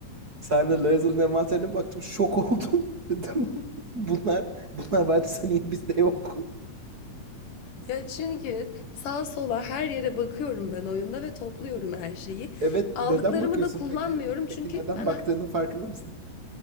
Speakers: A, on the right (about 35°); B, on the left (about 75°).
A: Senle Layazalı'nın envanterine baktım. Şok oldum. <laughs> Dedim bunlar, bunlar vardıysa niye bizde yok?
B: Ya çünkü sağa sola her yere bakıyorum ben oyunda ve topluyorum her şeyi.
A: Evet,
B: Aldıklarımı
A: neden bakıyorsun
B: da kullanmıyorum
A: peki?
B: çünkü
A: Peki neden
B: ben...
A: baktığının
B: ha-
A: farkında mısın?